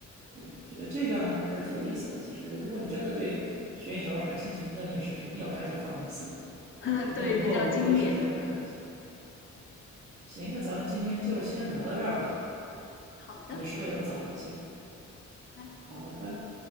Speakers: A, on the right (about 25°); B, on the left (about 40°).
A: 对，我觉得这个还是挺有意思的。其实，如果你真的对悬疑小说感兴趣，那你也是肯定要看一下福尔摩斯的。
B: <laughs>
A: 所以，可能以后有更多时间会看一下。
B: 对，比较经典。
A: 行，那咱们今天就先聊到这儿吧，
B: 好的，
A: 感觉时候也不早了。行，
B: 拜。
A: 好的，拜拜。